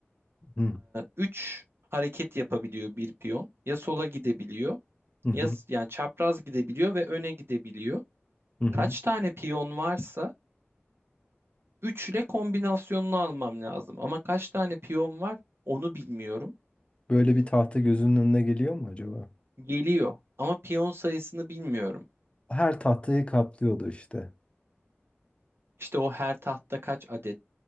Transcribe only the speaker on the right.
3 hareket yapabiliyor bir piyon. Ya sola gidebiliyor,
ya s- yani çapraz gidebiliyor ve öne gidebiliyor.
Kaç tane piyon varsa 3 ile kombinasyonunu almam lazım. Ama kaç tane piyon var onu bilmiyorum.
Geliyor ama piyon sayısını bilmiyorum.
İşte o her tahtta kaç adet